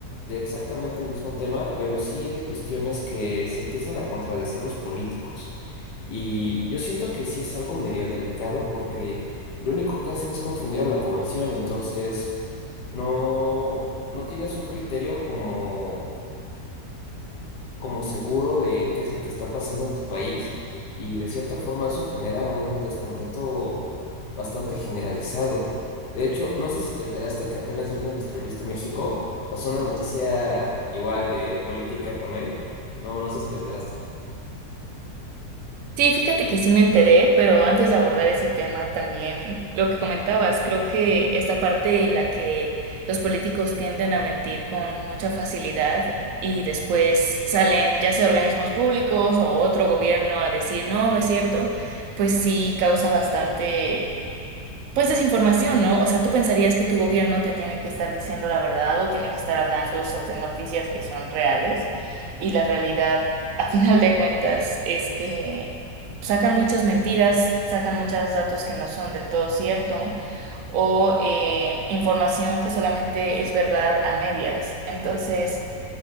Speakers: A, on the left; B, on the right.
A: de exactamente el mismo tema, pero sí de cuestiones que se empiezan a contradecir los políticos. Y yo siento que sí es algo medio delicado porque lo único que hacen es confundir a la población, entonces no, no tienes un criterio como como seguro de qué es lo que está pasando en tu país y de cierta forma eso genera un descontento bastante generalizado. De hecho, no sé si te enteraste que apenas vino MrBeast a México, pasó una noticia igual de política con él. No, no sé si te enteraste.
B: Sí, fíjate que sí me enteré, pero antes de abordar ese tema también lo que comentabas, creo que esta parte en la que los políticos tienden a mentir con mucha facilidad y después salen ya sea organismos públicos o otro gobierno a decir no, no es cierto, pues sí causa bastante pues desinformación, ¿no? O sea, tú pensarías que tu gobierno te tiene que estar diciendo la verdad o tiene que estar hablando sobre noticias que son reales y la realidad, a final de cuentas, es que sacan muchas mentiras, sacan muchos datos que no son del todo cierto o eh, información que solamente es verdad a medias. Entonces...